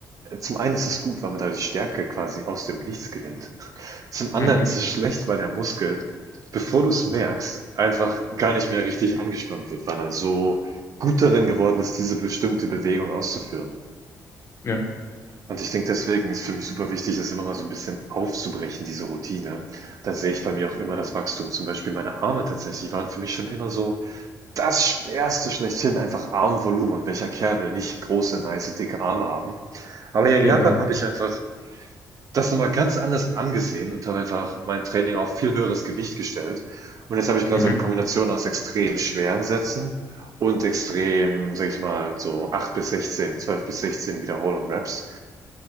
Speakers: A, on the right; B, on the left.
A: zum einen ist es gut, weil man dadurch Stärke quasi aus dem Nichts gewinnt. Zum anderen
B: Mhm.
A: ist es schlecht, weil der Muskel, bevor du es merkst, einfach gar nicht mehr richtig angespannt wird, weil er so gut darin geworden ist, diese bestimmte Bewegung auszuführen.
B: Ja,
A: Und ich denke, deswegen ist für mich super wichtig, das immer mal so ein bisschen aufzubrechen, diese Routine. Da sehe ich bei mir auch immer das Wachstum. Zum Beispiel meine Arme tatsächlich waren für mich schon immer so das Schwerste schlechthin, einfach Armvolumen. Und welcher Kerl will nicht große, nice, dicke Arme haben? Aber hier in
B: genau.
A: Japan habe ich einfach das noch mal ganz anders angesehen und habe einfach mein Training auf viel höheres Gewicht gestellt. Und jetzt habe ich gerade
B: Mhm.
A: so eine Kombination aus extrem schweren Sätzen und extrem, sag ich mal, so 8 bis 16, 12 bis 16 Wiederholung Reps